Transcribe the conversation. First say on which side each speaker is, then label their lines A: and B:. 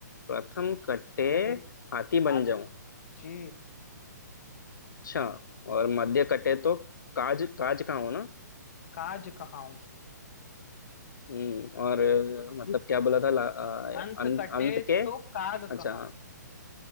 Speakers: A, on the left; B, on the left.
A: प्रथम कटे
B: कटे
A: हाथी बन
B: हाथी
A: जाऊं
B: जी
A: अच्छा और मध्य कटे तो काज काज का हो ना
B: काज कहाऊं
A: हम्म और मतलब क्या बोला था ला- आ,
B: अंत
A: अं-
B: कटे
A: अंत के
B: तो काग
A: अच्छा
B: कहाऊं